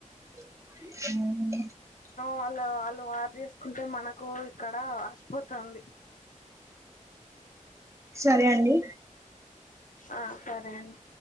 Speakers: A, on the right; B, on the left.
A: అ
B: వాళ్ళ వాళ్ళు వారు చేసుకుంటే మనకు ఇక్కడ అష్టపోతుంది
A: సరే అండి
B: ఆ సరే అండి